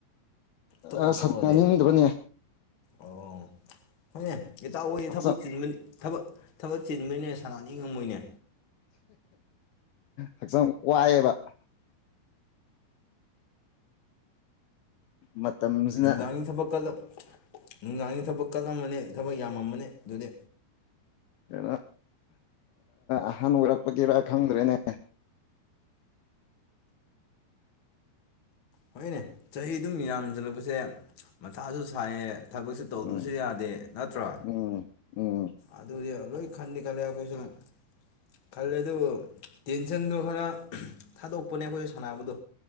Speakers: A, on the left (about 40°); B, on the left (about 75°).
A: ꯊꯣꯛꯄꯨ
B: ꯑ
A: ꯊꯣꯛꯑꯗꯤ
B: ꯌꯥꯅꯤꯡꯗꯕꯅꯦ
A: ꯑꯣ ꯍꯣꯏꯅꯦ ꯏꯇꯥꯎ ꯍꯌꯦ
B: ꯍꯛꯆꯥꯡ
A: ꯊꯕꯛ ꯆꯤꯟꯕ ꯊꯕ ꯊꯕꯛ ꯆꯤꯟꯕꯅꯤꯅꯦ ꯁꯅꯥꯅꯤ ꯉꯝꯃꯣꯏꯅꯦ
B: ꯍꯛꯆꯥꯡ ꯋꯥꯏꯑꯦꯕ ꯃꯇꯝꯁꯤꯅ
A: ꯅꯨꯡꯗꯥꯡꯒꯤ ꯊꯕꯛ ꯀꯜꯂ ꯅꯨꯡꯗꯥꯡꯒꯤ ꯊꯕꯛ ꯀꯜꯂꯝꯃꯅꯤ ꯊꯕꯛ ꯌꯥꯝꯃꯃꯅꯤ ꯑꯗꯨꯗꯤ
B: ꯀꯩꯅꯣ ꯑꯍꯥꯟꯕ ꯑꯣꯏꯔꯛꯄꯗꯤꯔ ꯈꯪꯗ꯭ꯔꯦꯅꯦ
A: ꯍꯣꯏꯅꯦ ꯆꯍꯤ ꯑꯗꯨꯝ ꯌꯥꯝꯁꯤꯜꯂꯛꯄꯁꯦ ꯃꯊꯥꯁꯨ ꯁꯥꯏꯌꯦꯦ ꯊꯕꯛꯁ ꯇꯧꯗꯁꯨ
B: ꯎꯝ
A: ꯌꯥꯗꯦ ꯅꯠꯇ꯭ꯔꯣ
B: ꯎꯝ ꯎꯝ
A: ꯑꯗꯨꯗꯤ ꯂꯣꯏ ꯈꯥꯟꯗ ꯈ ꯂꯩꯦ ꯀꯣꯏꯁꯣꯟ ꯈꯜꯂꯦ ꯑꯗꯨꯕꯨ ꯇꯦꯟꯁꯟꯗꯣ ꯈꯔ ꯊꯥꯗꯣꯛꯄꯅꯦ ꯑꯩꯈꯣꯏ ꯁꯥꯟꯅꯕꯗꯣ